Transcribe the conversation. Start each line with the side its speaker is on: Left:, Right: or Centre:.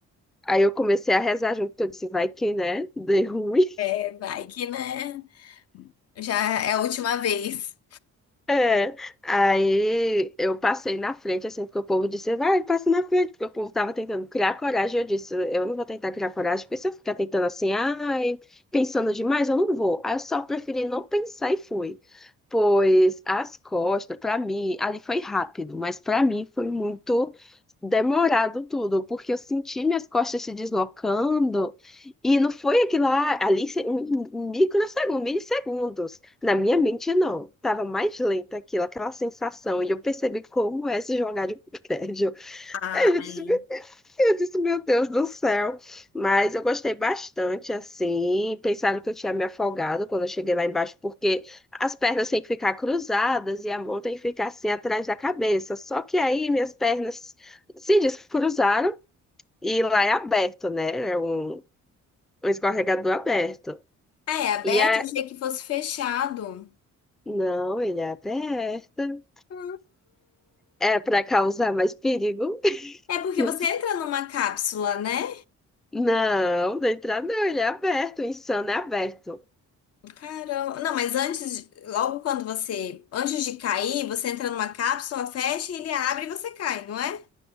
Centre: Aí eu comecei a rezar junto, eu disse, vai que, né, dê ruim.
Left: é, vai que né? Já é a última vez.
Centre: É, aí eu passei na frente, assim, porque o povo disse, vai, passa na frente, porque o povo tava tentando criar coragem, eu disse, eu não vou tentar criar coragem, porque se eu ficar tentando assim, ai, pensando demais, eu não vou. Aí eu só preferi não pensar e fui. Pois as costas, pra mim, ali foi rápido, mas pra mim foi muito demorado tudo, porque eu senti minhas costas se deslocando, e não foi aquilo lá, ali, se- em em microsegundos, milissegundos. Na minha mente, não. Tava mais lenta aquilo, aquela sensação. E eu percebi como é se jogar de prédio. <laughs>
Left: ai.
Centre: Aí eu disse, "Meu Deus", eu disse, meu Deus do céu. Mas eu gostei bastante, assim. Pensaram que eu tinha me afogado quando eu cheguei lá embaixo, porque as pernas têm que ficar cruzadas e a mão tem que ficar assim atrás da cabeça. Só que aí minhas pernas se descruzaram e lá é aberto, né? É um, um escorregador aberto.
Left: Ah, é aberto,
Centre: E a...
Left: eu achei que fosse fechado.
Centre: Não, ele é aberto.
Left: Ah,
Centre: É para causar mais perigo?
Left: É porque
Centre: Isso.
Left: você entra numa cápsula, né?
Centre: Não, da entrada não, ele é aberto, o Insano é aberto.
Left: Caramba. Não, mas antes, de- logo quando você, antes de cair, você entra numa cápsula, fecha, ele abre e você cai, não é?